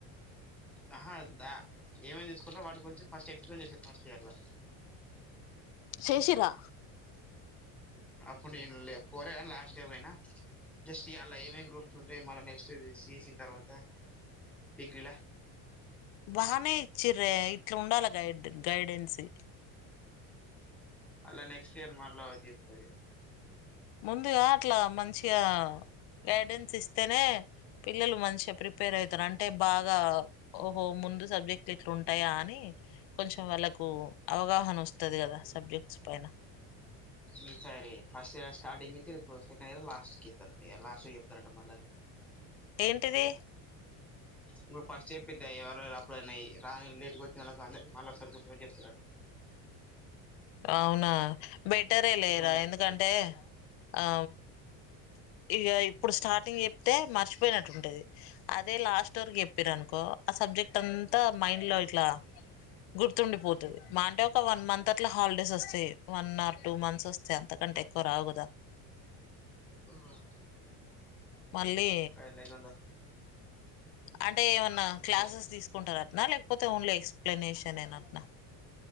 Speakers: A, in the centre; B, on the left (about 70°).
A: ఆహా దా ఏమేం దీసుకుంటరో వాటి గురించి ఫస్ట్ ఎక్స్ప్లెయిన్ చేసిర్రు ఫస్ట్ ఇయర్ ల
B: చేశిర్రా
A: అప్పుడు నేను లే పోలేగని లాస్ట్ డే పోయిన జస్ట్ ఇ అల్ల ఏమేం గ్రూప్స్ ఉంటయి మళ్ళ నెక్స్ట్ ది సి ఈ సి తర్వాత డిగ్రీ లా
B: బానే ఇచ్చిర్రే ఇట్ల ఉండాల గైడ్ గైడెన్సి
A: మల్ల నెక్స్ట్ ఇయర్ మల్లా ఒకటి చెప్తరిగా
B: ముందుగా అట్లా మంచిగా గైడెన్స్ ఇస్తనే పిల్లలు మంచిగ ప్రిపేర్ అయితరు అంటే బాగా ఓహో ముందు సబ్జెక్ట్లు ఇట్లుంటయా అని కొంచెం వాళ్ళకు అవగాహన వస్తది గదా సబ్జెక్ట్స్ పైన
A: ఈ సారి ఫస్ట్ ఇయర్ స్టార్టింగ్ ఇచ్చిర్ ఇపుడు సెకండ్ ఇయర్ లాస్ట్కి ఇత్తరట ఇగ లాస్ట్ కి చెప్తరట మళ్ళన్ని
B: ఏంటిది
A: నువ్ ఫస్ట్ చెప్పిద్దే ఎవరన అప్పుడైన ఇ రానొళ్ళు లేటుగొచ్చినొల్లకు అందర్కి మళ్ళ ఒకసారి కూర్చొబెట్టి చెప్తరట
B: అవునా బెటరే లేరా
A: ఇప్పుడు
B: ఎందుకంటే ఆ ఇగా ఇప్పుడు స్టార్టింగ్ చెప్తే మర్చిపోయినట్టు ఉంటది అదే లాస్ట్ వరక్ చెప్పిరనుకో ఆ సబ్జెక్ట్ అంతా మైండ్ లో ఇట్లా గుర్తుండిపోతది మా అంటే ఒక వన్ మంత్ అట్ల హాలిడేస్ వస్తయి వన్ ఆర్ టూ మంత్స్ వస్ త్స్ అంతకంటే ఎక్కువ రావుగదా
A: అవునా
B: మళ్ళీ
A: లెగొండ్ర
B: అంటే ఏమన్నా క్లాసెస్
A: వాళ్ళస్తే
B: తీసుకుంటరట్న లేకపోతే ఓన్లీ ఎక్స్ప్లెనేషన్ ఏనట్నా